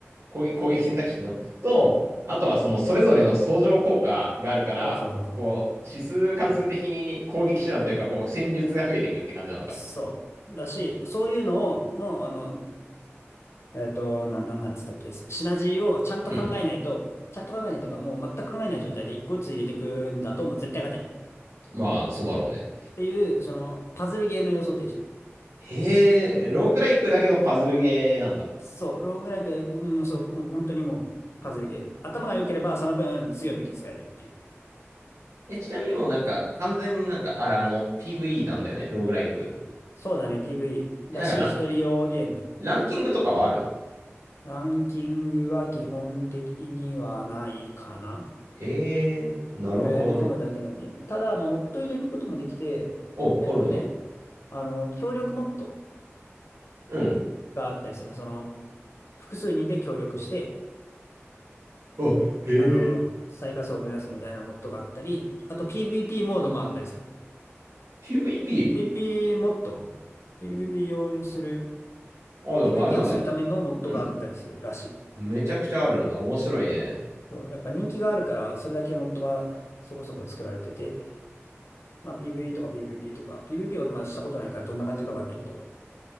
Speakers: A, on the right; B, on the left.
A: 攻撃、攻撃選択肢っていうのと、あとはそのそれぞれの相乗効果があるから、
B: う。うん。そうそうそうそ
A: こう、指数関数的に攻撃手段というか、
B: う。うん。火力が上がる。
A: こう、戦術が増えていくって感じなのか。
B: そう。だし、そういうのを、の、あの、えっと、な、な、なんつったっけ、シナジーをちゃんと考えないと、
A: うん。
B: ちゃんと考えないとか、もう全く考えない状態で一個ずつ入れていくんだと、もう絶対勝てない。っ
A: まあ、そうだろうね。
B: ていう、その、パズルゲーの要素というし、
A: へえ、ローグライクだけどパズルゲーなんだ。
B: そう、ローグライク、うん、そう、もう本当にもう、パズルゲー。頭が良ければ、その分強い武器使えるっていう。
A: え、ちなみにもうなんか、完全になんか、あ、あの、PVE なんだよね、ローグライク。
B: そうだね、PVE。
A: え、
B: だし、
A: なんかラ、
B: 一人用ゲーム。
A: ランキングとかはあるの
B: ランキングは基本的にはないかな。
A: へえ、なるほどね。
B: もうやり込むだけのゲーム。ただ、まあ、モッド入れることもできて、
A: お、
B: えっとね、
A: あるんだ。
B: あの、協力モッド。
A: うん。
B: があったりする。その、複数人で協力して、
A: あ、へえ。
B: あの、最下層を目指すみたいなモッドがあったり、あと PVP モードもあったりする。
A: PVP?
B: PVP モッド ?PVP 用意する、
A: あ、でもあれなんだ。
B: PVP をするためのモッドがあったりするらしい。
A: うん。めちゃくちゃあるんだ。面白いね。
B: そうやっぱ人気があるから、それだけモッドがそこそこ作られてて、まあ PVE とか PVP とか、PVP 俺まだしたことないからどんな感じかわかんないけど、